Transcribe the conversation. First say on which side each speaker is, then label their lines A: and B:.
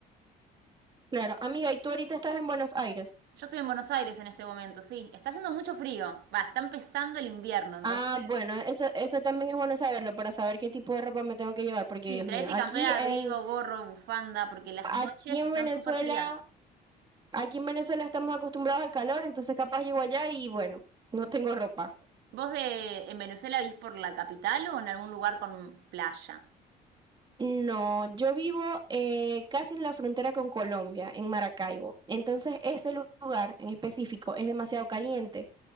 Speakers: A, on the right; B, on the right.
A: Claro, amiga, ¿y tú ahorita estás en Buenos Aires?
B: Yo estoy en Buenos Aires en este momento, sí. Está haciendo mucho frío. Va, está empezando el invierno, entonces.
A: Ah, bueno, eso, eso también es bueno saberlo para saber qué tipo de ropa me tengo que llevar, porque
B: Sí,
A: Dios
B: traete
A: mío, aquí
B: campera, de
A: en,
B: abrigo, gorro, bufanda, porque las
A: aquí
B: noches
A: en
B: están
A: Venezuela,
B: súper frías.
A: aquí en Venezuela estamos acostumbrados al calor, entonces capaz llego allá y bueno, no tengo ropa.
B: ¿Vos de, en Venezuela vivís por la capital o en algún lugar con playa?
A: No, yo vivo eh, casi en la frontera con Colombia, en Maracaibo. Entonces, ese lu- lugar en específico es demasiado caliente.